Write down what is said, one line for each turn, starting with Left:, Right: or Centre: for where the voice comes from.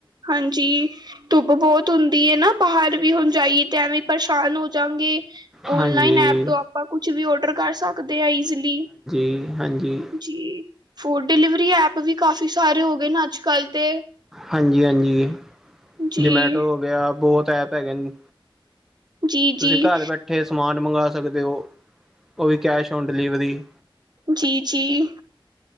Right: ਹਾਂਜੀ ਧੁੱਪ ਬੋਤ ਹੁੰਦੀ ਏ ਨਾ ਬਾਹਰ ਵੀ ਹੁਣ ਜਾਈਏ ਤੇ ਐਵੇਂ ਪਰੇਸ਼ਾਨ ਹੋ ਜਾਂਗੇ।
Centre: ਹਾਂਜੀ
Right: ਔਨਲਾਈਨ ਐਪ ਤੋਂ ਆਪਾਂ ਕੁਛ ਵੀ ਔਡਰ ਕਰ ਸਕਦੇ ਆਂ ਈਜ਼ਲੀ।
Centre: ਅ ਹਾਂਜੀ।
Right: ਜੀ, ਫੂਡ ਡਿਲੀਵਰੀ ਐਪ ਵੀ ਕਾਫੀ ਸਾਰੇ ਹੋ ਗਏ ਨਾ ਅੱਜ ਕੱਲ ਤੇ।
Centre: ਹਾਂਜੀ-ਹਾਂਜੀ
Right: ਜੀ।
Centre: ਜਮੈਟੋ ਹੋ ਗਿਆ, ਬੋਹੋਤ ਐਪ ਹੈਗੇ ਨ
Right: ਜੀ
Centre: ਤੁਸੀ
Right: ਜੀ
Centre: ਘਾਰ ਬੈਠੇ ਹੋਏ ਸਮਾਨ ਮੰਗਵਾ ਸਕਦੇ ਔ, ਔ ਵੀ ਕੈਸ਼ ਔਨ ਡਿਲੀਵਰੀ।
Right: ਜੀ-ਜੀ,